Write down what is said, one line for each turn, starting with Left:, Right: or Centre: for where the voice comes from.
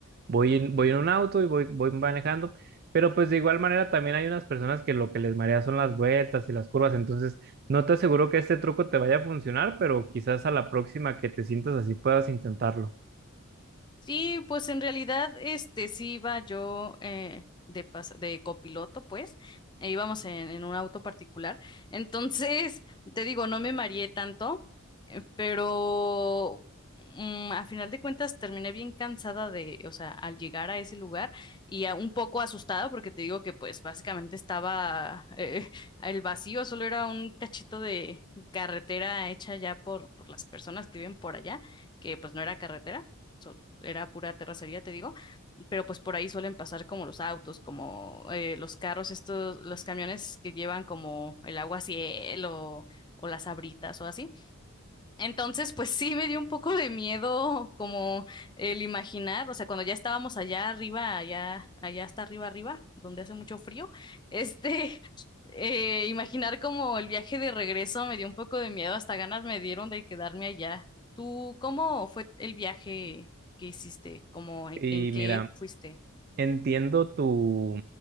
Right: voy en, voy en un auto y voy, voy manejando, pero pues de igual manera también hay unas personas que lo que les marea son las vueltas y las curvas, entonces no te aseguro que este truco te vaya a funcionar, pero quizás a la próxima que te sientas así puedas intentarlo.
Left: Sí, pues en realidad, este, sí iba yo eh, de, pas- de copiloto, pues, e íbamos en, en un auto particular. Entonces, te digo, no me mareé tanto, eh, pero mm, a final de cuentas terminé bien cansada de, o sea, al llegar a ese lugar y a- un poco asustada porque te digo que pues básicamente estaba eh, <laughs> el vacío, solo era un cachito de carretera hecha ya por, por las personas que viven por allá, que pues no era carretera era pura terracería, te digo, pero pues por ahí suelen pasar como los autos, como eh, los carros, estos, los camiones que llevan como el agua cielo o las abritas o así. Entonces, pues sí me dio un poco de miedo como el imaginar, o sea, cuando ya estábamos allá arriba, allá, allá hasta arriba, arriba, donde hace mucho frío, este, <laughs> eh, imaginar como el viaje de regreso me dio un poco de miedo, hasta ganas me dieron de quedarme allá. ¿Tú cómo fue el viaje que hiciste? ¿Cómo en,
Right: Y
Left: en qué
Right: mira,
Left: fuiste?
Right: entiendo tu,